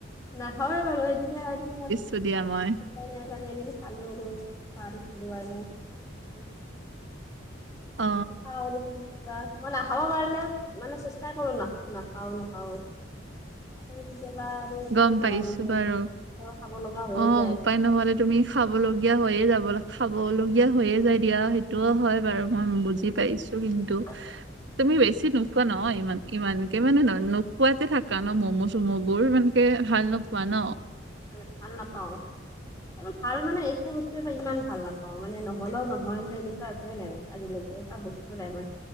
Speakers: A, on the left; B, on the right.
A: নাই হোৱা <unintelligible>
B: তু দিয়া মাই
A: উপাই নাই কাৰণে এদিন খালো আৰু এইটো পাৰিছিলোঁ কাৰনে।
B: অ
A: নাখাওঁ <unintelligible> মই নাখাব পাৰিলে মানে চেষ্টা কৰো নাখ- নাখাওঁ ওঁ। কেতিয়াবা আৰু উপায়
B: গম
A: নহোৱা
B: পাইছো
A: যাই
B: বাৰু
A: কেতিয়াবা খাব লগা হয়ে।
B: অ, উপায় নহ'লে তুমি খাবলগীয়া হৈয়ে যাব খাবলগীয়া হৈয়ে যায় দিয়া সেইটোও হয় বাৰু মই বুজি পাইছোঁ। তো কিন্তু
A: <unintelligible>
B: তুমি বেছি নোখোৱা নহয় ইমান- ইমানকে মানে ন- নোখোৱা কে থাকা ন' ম'ম'- চম' বোৰ মানে কে ভাল নোপোৱা ন?
A: <unintelligible> ভাল নাপাওঁ এইবাৰ ভাল মানে একো বস্তুই ইমান ভাল নাপাওঁ। অ, মানে নহ'লও নহয় মোৰ এনেকুৱা একোৱেই নাই আজিলৈকে এটা বস্তু নাই মই